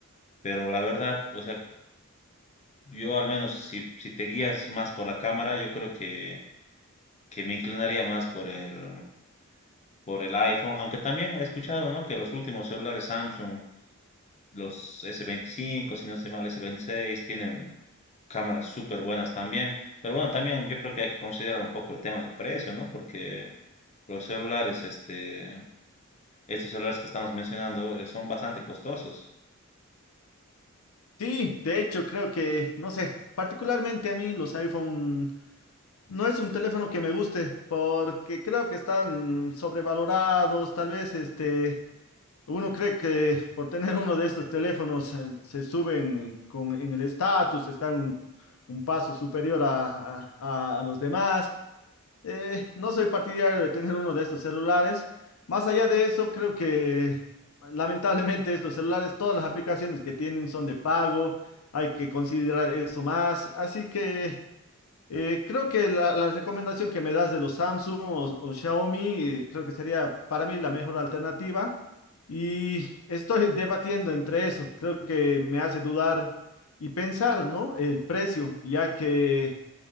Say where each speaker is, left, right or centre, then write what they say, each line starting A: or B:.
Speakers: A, on the left (about 30°); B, on the left (about 80°).
A: pero la verdad, o sea, yo al menos si, si te guías más por la cámara, yo creo que, que me inclinaría más por el, por el iPhone, aunque también he escuchado, ¿no? que los últimos celulares Samsung, los s veinticinco si no estoy mal, s veintiséis tienen cámaras súper buenas también, pero bueno, también yo creo que hay que considerar un poco el tema del precio, ¿no? porque los celulares, este, estos celulares que estamos mencionando, eh, son bastante costosos.
B: Sí, de hecho creo que, no sé, particularmente a mí los iPhone no es un teléfono que me guste porque creo que están sobrevalorados. Tal vez este, uno cree que por tener uno de estos teléfonos eh, se suben con, en el estatus, están un, un paso superior a a- a- a los demás. Eh, no soy partidario de tener uno de estos celulares. Más allá de eso, creo que lamentablemente estos celulares, todas las aplicaciones que tienen son de pago. Hay que considerar eso más. Así que eh, creo que la, la recomendación que me das de los Samsung o, o Xiaomi, eh, creo que sería para mí la mejor alternativa. Y estoy debatiendo entre eso. Creo que me hace dudar y pensar, ¿no? El precio, ya que...